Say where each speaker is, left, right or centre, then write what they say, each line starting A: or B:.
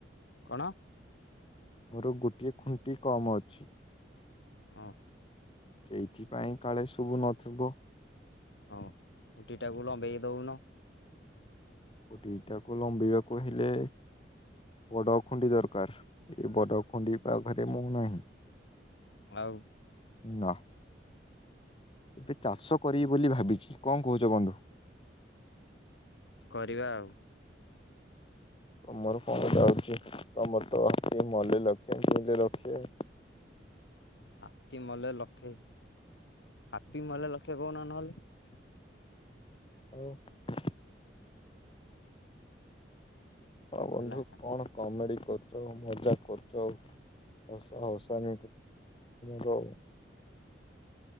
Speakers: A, on the left; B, on the left.
A: କଣ
B: ମୋର ଗୋଟିଏ ଖୁଣ୍ଟି କମ୍ ଅଛି
A: ଓ
B: ସେଇଥିପାଇଁ କାଳେ ଶୁଭୁ ନଥିବ
A: ହଉ ଖୁଣ୍ଟି ଟାକୁ ଲମ୍ବେଇ ଦଉନ
B: ଗୋ ଦଟାକୁ ଲମ୍ବିବାକୁ ହେଲେ ବଡ ଖୁଣ୍ଡି ଦରକାର ଏ ବଡ଼ ଖୁଣ୍ଡି ପା ଘରେ ମୁୋ ନାହିଁ
A: ଆଉ
B: ନା ଏବେ ଚାଷ କରିବି ବୋଲି ଭାବିଛି କଣ କହୁଛ ବନ୍ଧୁ
A: କରିବା ଆଉ
B: ତମର କଣ ଯାଉଛି ତମର ତି ମଲ ଲକ୍ଷିଲ ଲକ୍ଷ
A: ହାତୀ ମଲେ ଲକ୍ଷେ ହାତୀ ମଲେ ଲକ୍ଷେ କହୁନ ନହେଲେ
B: <inaudible> ହଣ ବନ୍ଧୁ
A: ହେଲା
B: କଣ କମେଡି କରୁଛ ମଜା କରୁଛ ହଉ ହଉସାନଁ ହଉ